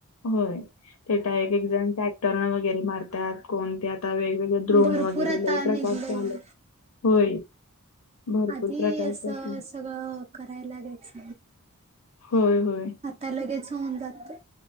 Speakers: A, on the left (about 75°); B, on the right (about 30°).
A: होय तेत आहे एक जण टॅक्टरन वगैरे मारतात. कोणते आता वेगवेगळे ड्रोन
B: भरपूर
A: वगैरे
B: आता
A: लय
B: निघलंय
A: प्रकार आलेत, होय. भरपूर
B: आधी
A: प्रकारच्या
B: असं
A: असेल.
B: सगळं करायलागेयच,
A: होय, होय.
B: आता लगेच होऊन जात.